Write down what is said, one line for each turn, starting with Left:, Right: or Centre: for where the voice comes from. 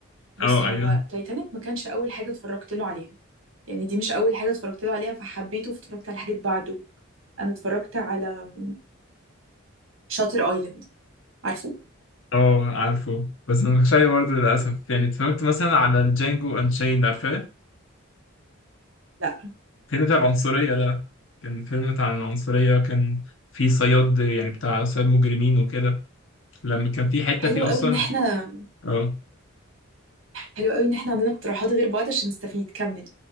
Right: بص
Left: اه
Right: هو
Left: ايوه
Right: تايتانيك ما كانش أول حاجة اتفرجت له عليها يعني دي مش أول حاجة اتفرجت له عليها فحبيته فاتفرجت على حاجات بعده أنا اتفرجت على شاتر أيلاند عارفه؟
Left: اه عارفه بس ما اتفرجتش عليه برضه للاسف يعني اتفرجت مثلا على الجانجو انشيند عارفاه
Right: لا
Left: فيلم بتاع العنصرية ده كان فيلم بتاع العنصرية وكان في صياد يعني بتاع صياد مجرمين وكده لما كان في حتة
Right: حلو
Left: فيه
Right: قوي
Left: أصلا
Right: إن احنا
Left: اه
Right: حلو قوي إن احنا عندنا اقتراحات غير بعض عشان نستفيد كمل